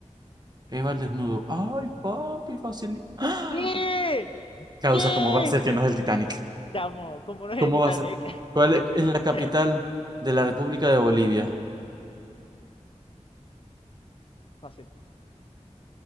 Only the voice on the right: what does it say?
Eva el desnudo. Ay, papi, fácil. Ah.
Causa,
¿cómo va a ser que no es el Titanic?
¿Cómo
va a ser? ¿Cuál
es es la capital de la República de Bolivia?